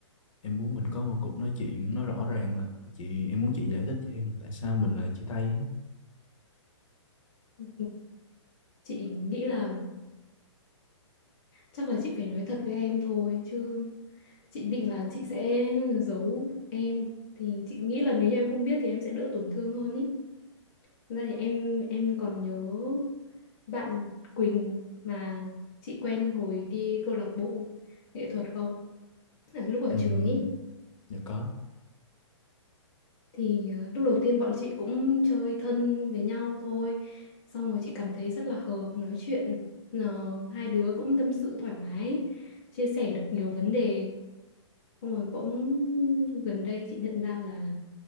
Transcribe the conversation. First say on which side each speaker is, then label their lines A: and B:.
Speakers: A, on the left (about 85°); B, on the left (about 35°).
A: em muốn mình có một cuộc nói chuyện nó rõ ràng là chị em muốn chị giải thích cho em là tại sao mình lại chia tay ấy.
B: ừ, chị nghĩ là chắc là chị phải nói thật với em thôi chứ chị định là chị sẽ giấu em thì chị nghĩ là nếu như em không biết thì em sẽ đỡ tổn thương hơn ý Thật ra thì em em còn nhớ bạn Quỳnh mà chị quen hồi đi câu lạc bộ nghệ thuật không à, lúc ở
A: Ừm,
B: trường ý
A: dạ có
B: thì ờ, lúc đầu tiên bọn chị cũng chơi thân với nhau thôi xong rồi chị cảm thấy rất là hợp nói chuyện Ờ, hai đứa cũng tâm sự thoải mái chia sẻ được nhiều vấn đề xong rồi bỗng gần đây chị nhận ra là